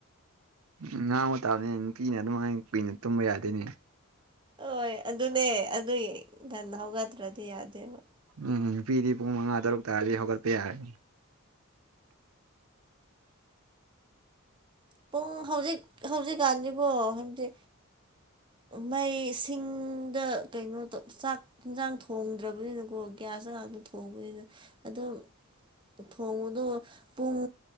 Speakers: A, on the right (about 80°); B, on the right (about 20°).
A: ꯎꯝ ꯉꯍꯥꯡꯕ ꯇꯥꯕꯅꯦ ꯅꯨꯄꯤꯅ ꯑꯗꯨꯃꯥꯏꯅ ꯀꯨꯏꯅ ꯇꯨꯝꯕ ꯌꯥꯗꯣꯏꯅꯦ
B: ꯍꯣꯏ ꯑꯗꯨꯅꯦ ꯑꯗꯨꯒꯤ ꯉꯟ ꯍꯧꯒꯗ꯭ꯔꯗꯤ ꯌꯥꯗꯦꯕ
A: ꯎꯝ ꯅꯨꯄꯤꯗꯤ ꯄꯨꯡ ꯃꯉꯥ ꯇꯔꯨꯛ ꯇꯥꯔꯗꯤ ꯍꯧꯒꯠꯄ ꯌꯥꯔꯦ
B: ꯄꯨꯡ ꯍꯧꯖꯤꯛ ꯍꯧꯖꯤꯛꯀꯥꯟꯗꯤꯕꯣ ꯁꯦ ꯃꯩꯁꯤꯡꯗ ꯀꯩꯅꯣ ꯆꯥꯛ ꯌꯦꯟꯁꯥꯡ ꯊꯣꯡꯗ꯭ꯔꯕꯅꯤꯅꯀꯣ ꯒ꯭ꯌꯥꯁꯇ ꯉꯥꯛꯇꯥ ꯊꯣꯡꯕꯅꯤꯅ ꯑꯗꯨ ꯊꯣꯡꯕꯗꯨ ꯄꯨꯡ